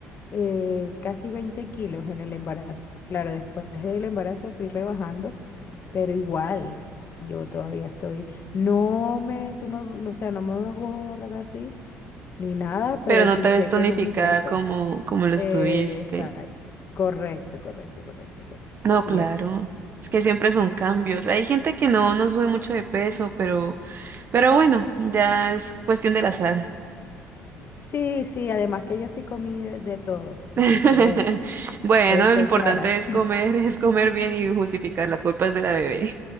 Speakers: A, on the left (about 45°); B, on the right (about 45°).
A: eh, casi 20 kilos en el embarazo. Claro, después del embarazo fui rebajando, pero igual, yo todavía estoy, no me, tú me, no, o sea, no me veo gorda así, ni nada, pero
B: Pero no
A: sí
B: te
A: sé
B: ves tonificada
A: que no es mi peso.
B: como, como lo estuviste.
A: exacto, correcto, correcto, correcto, correcto,
B: No,
A: así
B: claro.
A: es.
B: Es que siempre son cambios. Hay gente que no, no sube mucho de peso, pero, pero bueno, ya es cuestión del azar.
A: Sí, sí, además que yo sí comí de, de todo, así
B: <laughs>
A: que
B: Bueno,
A: estoy
B: lo importante
A: clara.
B: es comer, <laughs> es comer bien y justificar la culpa es de la bebé.